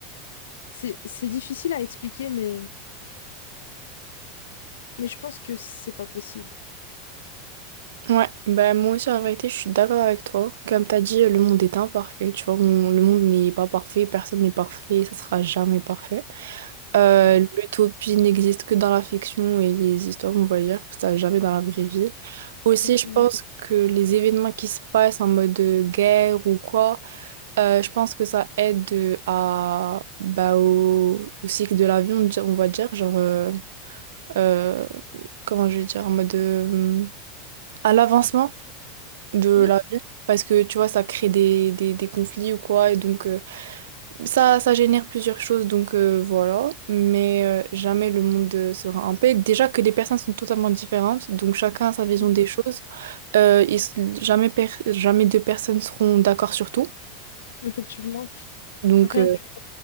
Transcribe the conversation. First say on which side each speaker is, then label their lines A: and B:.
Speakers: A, on the left; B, on the right.
A: c'est c'est difficile à expliquer, mais mais je pense que c'est pas possible.
B: Ouais, ben moi aussi, en vérité, je suis d'accord avec toi. Comme t'as dit, le monde est imparfait, tu vois, on- le monde n'est pas parfait, personne n'est parfait, ça sera jamais parfait. Euh,
A: Ouais,
B: l'utopie n'existe que dans la fiction et les histoires, on va dire, ça jamais dans la vraie vie. Aussi,
A: exactement.
B: je pense que les événements qui se passent en mode euh, guerre ou quoi, euh, je pense que ça aide euh, à, bah, au, au cycle de l'avion, on di- on va dire, genre, euh, euh, comment je vais dire, en mode euh, à l'avancement de la
A: Oui,
B: vie. Parce que tu vois, ça crée des, des, des conflits ou quoi, et donc. euh, ça, ça génère plusieurs choses, donc euh, voilà. Mais euh, jamais le monde euh, sera en paix. Déjà que les personnes sont totalement différentes, donc chacun a sa vision
A: oui,
B: des choses. Euh, ils s- jamais, per- jamais deux personnes seront d'accord sur tout.
A: effectivement.
B: Donc,
A: Rien
B: euh,
A: que